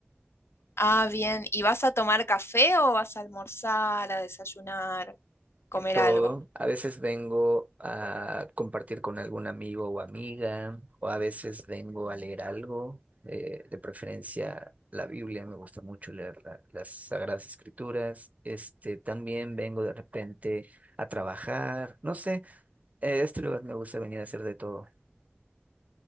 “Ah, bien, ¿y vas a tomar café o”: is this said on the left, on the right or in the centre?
Left